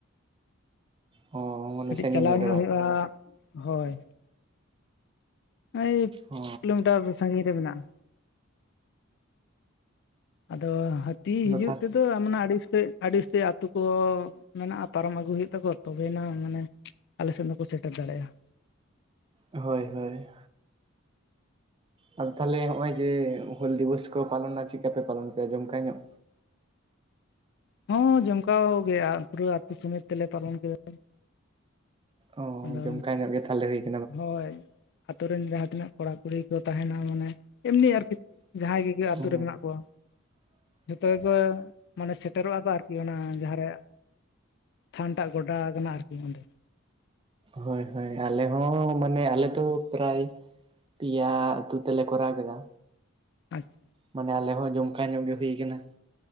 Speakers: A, on the right; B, on the left.
A: ᱚ ᱢᱟᱱᱮ
B: ᱠᱟᱹᱴᱤᱡ
A: ᱥᱟᱺᱜᱤᱧ
B: ᱪᱟᱞᱟᱣ ᱧᱚᱜ
A: ᱨᱮ ᱵᱟᱝ
B: ᱦᱩᱭᱩᱜᱼᱟ ᱦᱳᱭ ᱳᱭ
A: ᱚ
B: ᱠᱤᱞᱳᱢᱤᱴᱟᱨ ᱥᱟᱺᱜᱤᱧ ᱨᱮ ᱢᱮᱱᱟᱜᱼᱟ᱾ ᱟᱫᱚ ᱦᱟᱹᱛᱤ
A: ᱟᱫᱚ
B: ᱦᱤᱡᱩᱜ
A: ᱛᱟᱦᱚᱞᱮ
B: ᱛᱮᱫᱚ ᱢᱟᱱᱮ ᱟᱹᱰᱤ ᱩᱥᱛᱟᱹᱭ ᱟᱹᱰᱤ ᱩᱥᱛᱟᱹᱭ ᱟᱹᱛᱩ ᱠᱚ ᱢᱮᱱᱟᱜᱼᱟ ᱯᱟᱨᱚᱢ ᱟᱹᱜᱩ ᱦᱩᱭᱩᱜ ᱛᱟᱠᱚᱣᱟ ᱛᱚᱵᱮᱭᱱᱟ ᱢᱟᱱᱮ, ᱟᱞᱮᱥᱮᱫ ᱫᱚᱠᱚ ᱥᱮᱴᱮᱨ ᱫᱟᱲᱮᱭᱟᱜᱼᱟ᱾
A: ᱦᱳᱭ ᱦᱳᱭ᱾ ᱟᱫᱚ ᱛᱟᱦᱚᱞᱮ ᱱᱚᱜᱼᱚᱭ ᱡᱮ ᱦᱩᱞ ᱫᱤᱵᱚᱥ ᱠᱚ ᱯᱟᱞᱚᱱᱟ ᱪᱮᱫᱠᱟ ᱯᱮ ᱯᱟᱞᱚᱱ ᱠᱮᱫᱟ ᱡᱚᱢᱠᱟ ᱧᱚᱜ?
B: ᱦᱚᱸ ᱡᱚᱱᱠᱟᱣ ᱜᱮᱭᱟ ᱯᱩᱨᱟᱹ ᱟᱹᱛᱩ ᱥᱚᱢᱮᱛ ᱛᱮᱞᱮ ᱯᱟᱞᱚᱱ ᱠᱮᱫᱟ᱾
A: ᱚ
B: ᱟᱫᱚ
A: ᱡᱚᱢᱠᱟ ᱧᱚᱜ ᱜᱮ ᱛᱟᱦᱚᱞᱮ ᱦᱩᱭᱩᱜ
B: ᱦᱳᱭ ᱟᱛᱳ ᱨᱮᱱ ᱡᱟᱦᱟᱸ ᱛᱤᱱᱟᱹᱜ ᱠᱚᱲᱟ ᱠᱩᱲᱤ ᱠᱚ ᱛᱟᱦᱮᱱᱟ ᱢᱟᱱᱮ ᱮᱢᱱᱤ ᱟᱨᱠᱤ ᱡᱟᱦᱟᱸᱭ ᱜᱮᱜᱮ ᱟᱹᱛᱩᱨ
A: ᱚ
B: ᱨᱮ ᱢᱮᱱᱟᱜ ᱠᱚᱣᱟ᱾ ᱡᱚᱛᱚ ᱜᱮᱠᱚ ᱢᱟᱱᱮ ᱥᱮᱴᱮᱨᱚᱜᱼᱟ ᱠᱚ ᱟᱨᱠᱤ ᱚᱱᱟ ᱡᱟᱦᱟᱸᱨᱮ ᱥᱟᱱᱴᱟᱜ ᱜᱚᱰᱟ ᱠᱟᱱᱟ ᱟᱨᱠᱤ ᱚᱸᱰᱮ᱾
A: ᱦᱳᱭ ᱦᱳᱭ ᱟᱞᱮ ᱦᱚᱸ ᱢᱟᱱᱮ ᱟᱞᱮ ᱫᱚ ᱯᱨᱟᱭ ᱯᱮᱭᱟ ᱟᱛᱩ ᱛᱮᱞᱮ ᱠᱚᱨᱟᱣ ᱠᱮᱫᱟ᱾
B: ᱟᱪᱪᱷᱟ
A: ᱢᱟᱱᱮ ᱟᱞᱮ ᱦᱚᱸ ᱡᱚᱢᱠᱟ ᱧᱚᱜ ᱜᱮ ᱦᱩᱭ ᱠᱟᱱᱟ᱾